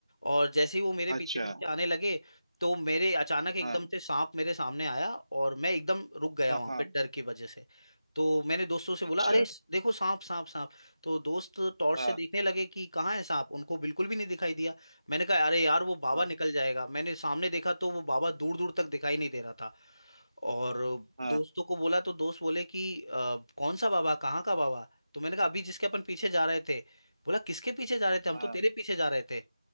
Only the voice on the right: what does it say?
अच्छा
हाँ
हाँ
हाँ
अच्छा
हाँ
हाँ
हाँ
हाँ